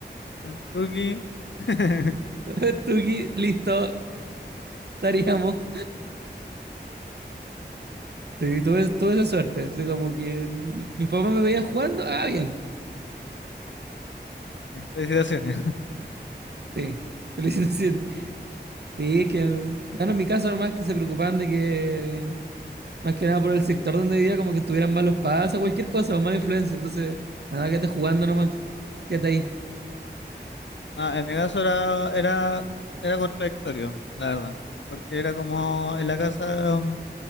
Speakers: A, on the left (about 85°); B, on the right (about 65°).
A: Ah, Tuki. <laughs>
B: <laughs> Tuki, listo, estaríamos. Sí, tuve, tuve esa suerte. Así como que mi- mis papás me veían jugando, ah, bien.
A: Eh, Felicitaciones. <laughs>
B: Sí, <laughs> felicitaciones. Sí,
A: No,
B: es que, bueno, en mi caso nomás que se preocupaban de que, más que nada por el sector donde vivía, como que tuvieran malos pasos, cualquier cosa, o mala influencia. Entonces, nada, quédate jugando nomás. Quédate ahí.
A: no, en mi caso era, era, era contradictorio, la verdad. Porque era como en la casa. mm,